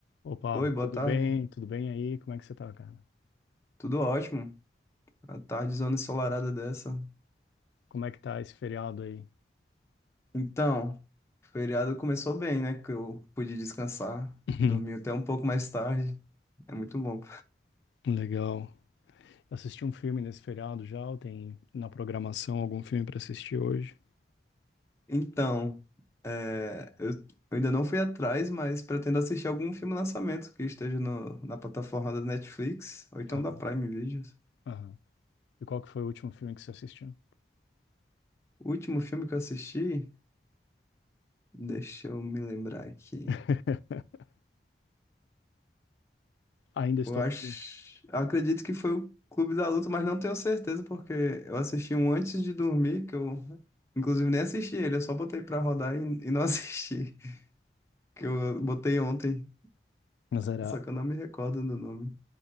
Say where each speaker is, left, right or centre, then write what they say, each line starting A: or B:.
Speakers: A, on the left; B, on the left.
A: Opa,
B: Oi, boa
A: tudo
B: tarde.
A: bem? Tudo bem aí? Como é que você tá, cara?
B: Tudo ótimo. A tarde zona ensolarada dessa.
A: Como é que tá esse feriado aí?
B: Então, o feriado começou bem, né? Que eu pude descansar.
A: <laughs>
B: Dormi até um pouco mais tarde. É muito bom.
A: Legal. Assisti um filme nesse feriado já? ou Tem na programação algum filme pra assistir hoje?
B: Então, é, eu, eu ainda não fui atrás, mas pretendo assistir algum filme lançamento que esteja no- na plataforma da Netflix ou então
A: Aham,
B: da Prime Videos.
A: aham. E qual que foi o último filme que você assistiu?
B: O último filme que eu assisti, deixa eu me lembrar aqui.
A: <laughs> Ainda estou
B: Eu acho,
A: aqui.
B: eu acredito que foi o Clube da Luta, mas não tenho certeza porque eu assisti um antes de dormir, que eu inclusive nem assisti ele, eu só botei pra rodar e, e não <laughs> assisti, que eu botei ontem,
A: Mas era
B: só que eu não me recordo do nome.